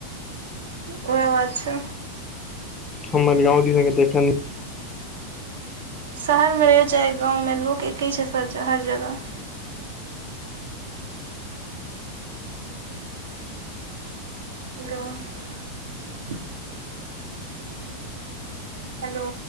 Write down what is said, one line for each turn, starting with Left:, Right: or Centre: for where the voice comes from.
Right: ओहै बात छै।
Left: हमर गाँव दिस <unintelligible> अख्खन
Right: शहरमे रहियौ चाहे गाँवमे, लोक एक्के छै हर जगह। Hello- <inaudible> hello.